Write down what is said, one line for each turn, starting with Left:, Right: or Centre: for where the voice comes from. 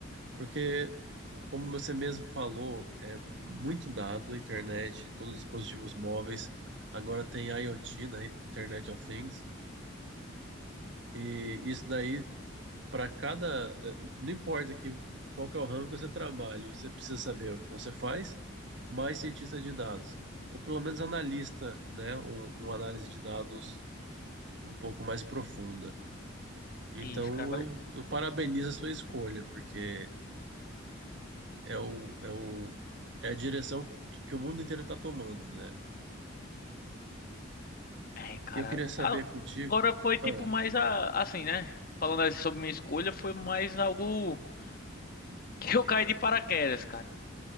Right: Porque, como você mesmo falou, é muito dado, a internet, todos os dispositivos móveis, agora tem IoT, né, Internet of Things, e isso daí, para cada, eh, não importa que, qual que é o ramo que você trabalha, você precisa saber o que você faz, mais cientista de dados, ou pelo menos analista, né, um, uma análise de dados um pouco mais profunda. Então,
Left: Isso, cara, vai.
Right: eu, eu parabenizo a sua escolha, porque é o, é o, é a direção que, que o mundo inteiro está tomando, né?
Left: É, cara,
Right: E Eu queria saber contigo,
Left: agora foi tipo
Right: ah,
Left: mais a, assim, né? Falando assim sobre minha escolha, foi mais algo <laughs> que eu caí de paraquedas, cara.